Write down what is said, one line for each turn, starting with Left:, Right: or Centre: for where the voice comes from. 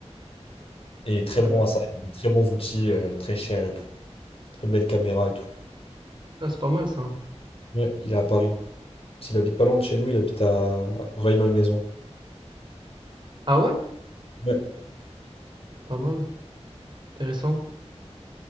Left: et très
Right: Euh,
Left: bon à ça, il a des très bons outils, euh, très chers et tout. Très belle caméra et tout.
Right: Ah, c'est pas mal ça.
Left: Ouais, Il est à Paris. S'il habite pas loin de chez nous, il habite à Rueil-Malmaison.
Right: Ah ouais?
Left: ouais.
Right: Pas mal. Intéressant.